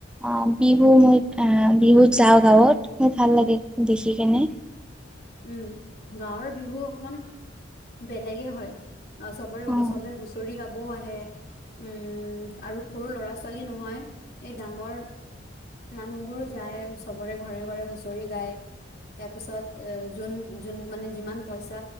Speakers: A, in the centre; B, on the left.
A: অ' বিহু মই, এ বিহুত যাওঁ গাঁৱত, মোৰ ভাল লাগে দেখি কেনে
B: উম, গাঁৱৰ বিহু অকমান বেলেগে হয়। অ, চবৰে,
A: অ
B: চবে হুঁচৰি গাব বও আহে, উম, আৰু সৰু ল'ৰা ছোৱালী নহয়, এই ডাঙৰ মানুহবোৰো যায় চবৰে ঘৰে ঘৰে হুঁচৰি গায়, তাৰ পিছত এ জোন, জোন মানে যিমান পইচা